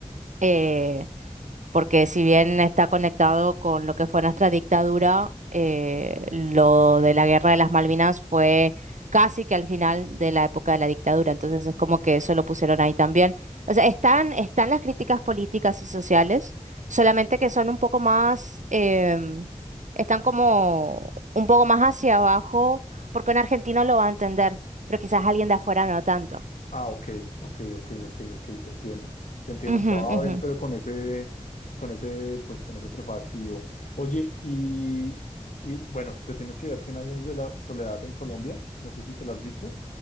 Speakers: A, on the right; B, on the left.
A: eh, porque si bien está conectado con lo que fue nuestra dictadura, eh, lo de la guerra de las Malvinas fue casi que al final de la época de la dictadura, entonces es como que eso lo pusieron ahí también. O sea, están, están las críticas políticas y sociales, solamente que son un poco más, em, están como un poco más hacia abajo, porque un argentino lo va a entender, pero quizás alguien de afuera no tanto.
B: Ah, ok, ok, ok, ok, ok, te entiendo. Te entiendo.
A: Ujú,
B: Me lo va
A: ujú.
B: a ver, pero con ese, con ese, pues con ese prefacio. Oye, y, y bueno, te tienes que ver cien años de la soledad en Colombia. No sé si te la has visto.